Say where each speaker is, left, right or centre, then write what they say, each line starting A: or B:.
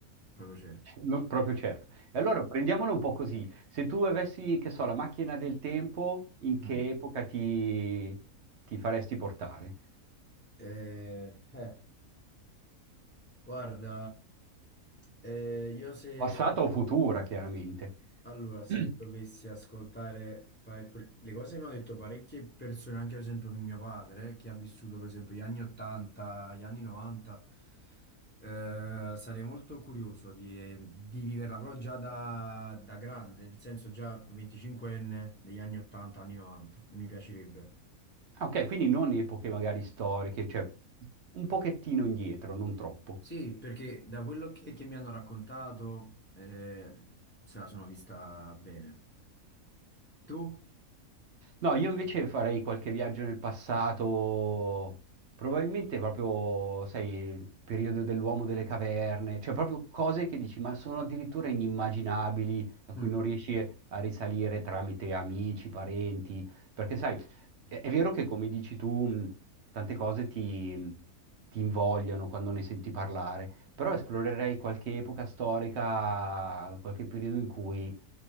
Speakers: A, on the left (about 20°); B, on the right (about 55°).
A: proprio certo.
B: No, proprio certo. E allora prendiamolo un po' così. Se tu avessi, che so, la macchina del tempo, in che
A: Mm.
B: epoca ti, ti faresti portare?
A: Eh, eh, guarda, eh, io se
B: Passata o futura, chiaramente.
A: allora se
B: <clears throat>
A: dovessi ascoltare pare- que- le cose che mi hanno detto parecchie persone, anche per esempio mio padre, eh, che ha vissuto per esempio gli anni 80, gli anni 90, eh, sarei molto curioso di, eh, di viverla, però già da, da grande, nel senso già 25enne degli anni 80, anni 90, mi piacerebbe.
B: Ah, ok, quindi non epoche magari storiche, cioè un pochettino indietro, non troppo.
A: Sì, perché da quello che, che mi hanno raccontato eh, se la sono vista bene. Tu?
B: No, io invece farei qualche viaggio nel passato, probabilmente proprio, sai, il periodo dell'uomo delle caverne, cioè proprio cose che dici, ma sono addirittura inimmaginabili, a cui
A: Mm,
B: non riesci a risalire tramite amici, parenti, perché sai, è, è vero che come dici tu, mh, tante cose ti, ti invogliano quando ne senti parlare, però esplorerei qualche epoca storica, qualche periodo in cui